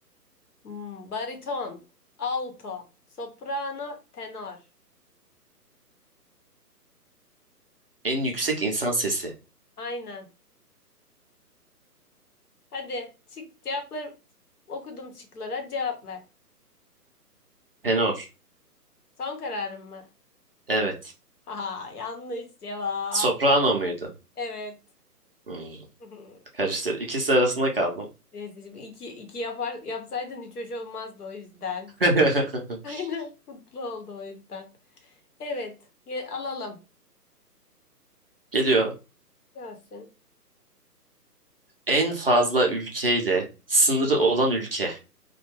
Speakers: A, on the left (about 65°); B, on the right (about 40°).
A: Hmm, bariton, alto, soprano, tenor.
B: En yüksek insan sesi.
A: Aynen. Hadi çık cevapları okudum şıklara cevap ver.
B: Tenor.
A: Son kararın mı?
B: Evet.
A: <laughs> Haha yanlış cevap.
B: Soprano muydu?
A: Evet.
B: Hmm,
A: <laughs>
B: karıştır. İkisi arasında kaldım.
A: Neyse şimdi iki, iki yapar, yapsaydın hiç hoş olmazdı o yüzden.
B: <laughs>
A: <laughs> Aynen. Mutlu oldu o yüzden. Evet. Ge- alalım.
B: Geliyor.
A: Gelsin.
B: En fazla ülkeyle sınırı olan ülke